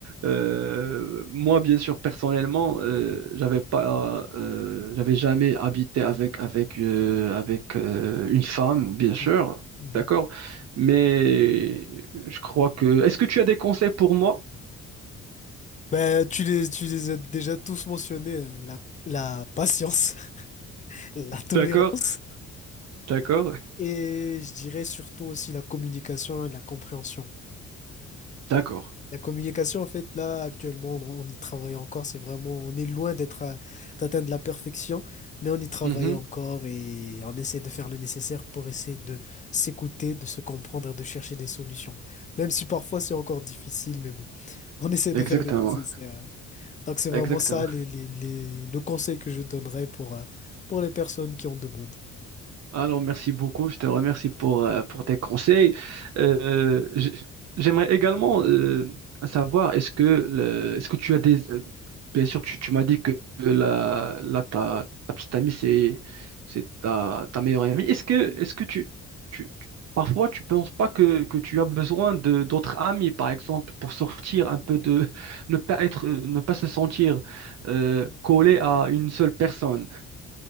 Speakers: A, on the right; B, on the left.
A: euh, moi, bien sûr, personnellement, euh, j'avais pas, euh, j'avais jamais habité avec avec euh, avec euh, une femme, bien sûr,
B: Mhm. Mhm.
A: d'accord. Mais je crois que. Est-ce que tu as des conseils pour moi?
B: Ben, tu les, tu les as déjà tous mentionnés, hein. La, la patience, <laughs> la tolérance.
A: D'accord, d'accord,
B: Et je dirais surtout aussi la communication et la compréhension.
A: d'accord.
B: La communication, en fait, là, actuellement, on, on y travaille encore. C'est vraiment, on est loin d'être, à- d'atteindre la perfection, mais on y travaille
A: Mhm.
B: encore et on essaie de faire le nécessaire pour essayer de s'écouter, de se comprendre et de chercher des solutions. Même si parfois c'est encore difficile, mais bon, <laughs> on essaie
A: Exactement,
B: de faire le nécessaire. hein. Donc c'est vraiment
A: exactement.
B: ça les, les, les- le conseil que je donnerais pour, euh, pour les personnes qui en demandent.
A: Alors, merci beaucoup. Je te remercie pour, euh, pour tes conseils. Euh, j- j'aimerais également euh, savoir, est-ce que, le- est-ce que tu as des... euh, Bien sûr, tu, tu m'as dit que la, là, ta, ta petite amie, c'est, c'est ta, ta meilleure amie. Est-ce que, est-ce que tu, tu, tu- Parfois, tu penses pas que, que tu as besoin de d'autres amis, par exemple, pour sortir un peu de... Ne pas être, euh, ne pas se sentir euh, collé à une seule personne.